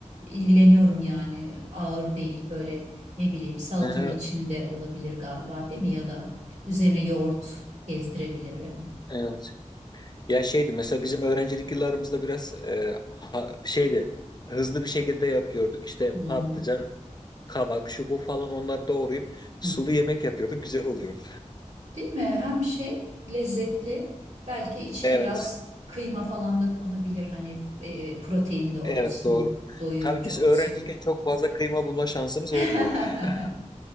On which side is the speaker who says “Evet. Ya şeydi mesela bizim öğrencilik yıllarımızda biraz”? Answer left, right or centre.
Left